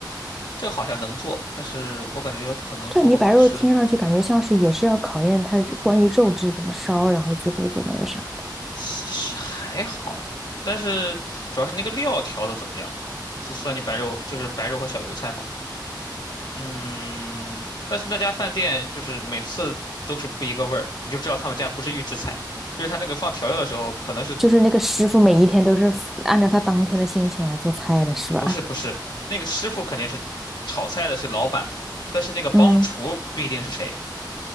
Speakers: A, on the left (about 65°); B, in the centre.
A: 这个好像能做，但是我感觉可能做不好吃。
B: 蒜泥白肉听上去感觉像是也是要考验它关于肉质怎么烧，然后最后就那个啥的，
A: 其实还好，但是主要是那个料调的怎么样？就蒜泥白肉，就是白肉和小油菜嘛。嗯，但是那家饭店就是每次都是不一个味儿，你就知道他们家不是预制菜，就是他那个放调料的时候，可能是
B: 就是那个师傅每一天都是按照他当天的心情来做菜的，是吧？
A: 不是不是那个师傅肯定是炒菜的是老板，但是那个帮厨不一定是谁。
B: 嗯，